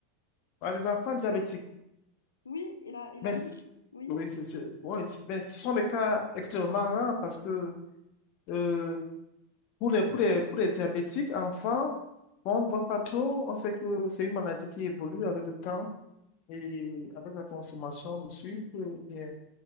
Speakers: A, on the left; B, on the left.
A: Ah, les enfants diabétiques,
B: Oui, il a, il
A: mais
B: a mis...
A: c-
B: Oui.
A: oui, c'est, c'est- ouais, c'est- mais ce sont des cas extrêmement rares parce que euh, pour les, pour les, pour les diabétiques, enfants, on ne voit pas trop. On sait que c'est une maladie qui évolue avec le temps. Et avec la consommation de sucre, eh bien,